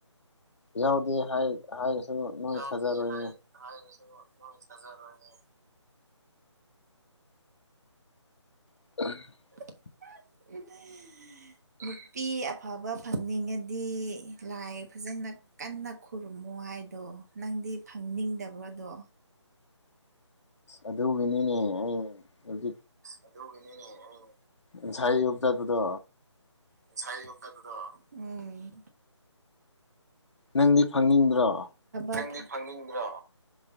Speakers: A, on the left; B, on the right.
A: ꯌꯥꯎꯗꯦ ꯍꯥꯏ ꯍꯥꯏꯔꯁꯨ ꯅꯣꯏ
B: ꯌꯥꯎꯗꯦ
A: ꯊꯥꯖꯔꯣꯏꯅꯦ
B: ꯍꯥꯏ ꯍꯥꯏꯔꯁꯨ ꯃꯣꯏ ꯊꯖꯥꯔꯣꯏ ꯍꯦ
A: <unintelligible>
B: <inaudible> ꯅꯨꯄꯤ ꯑꯐꯕ ꯐꯪꯅꯤꯡꯉꯗꯤ ꯂꯥꯏ ꯐꯥꯖꯅ ꯀꯟꯅ ꯈꯨꯔꯨꯝꯃꯣ ꯍꯥꯏꯗꯣ ꯅꯪꯗꯤ ꯐꯪꯅꯤꯡꯗꯕ꯭ꯔꯣ ꯑꯗꯣ
A: ꯑꯗꯨꯒꯤꯅꯤꯅꯦ ꯑꯩꯅ
B: ꯑꯗꯨꯒꯤꯅꯤꯅꯦ ꯑꯩꯅ
A: ꯉꯁꯥꯏ ꯌꯨꯞ ꯇꯠꯄꯗꯣ
B: ꯉꯁꯥꯏ ꯑꯌꯨꯛ ꯇꯠꯄꯗꯣ ꯎꯝ
A: ꯅꯪꯗꯤ ꯐꯪꯅꯤꯡꯗ꯭ꯔꯣ
B: ꯅꯪꯗꯤ ꯐꯪꯅꯤꯡꯕ꯭ꯔꯣ